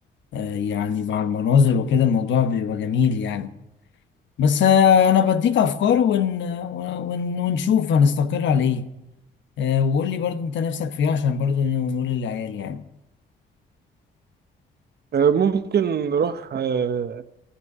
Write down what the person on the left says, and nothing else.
آه يعني مع المناظر وكده الموضوع بيبقى جميل يعني بس آه انا بديك افكار ون... ون... ونشوف هنستقر على ايه آه وقول لي برضو انت نفسك في ايه عشان برضو نقول للعيال يعني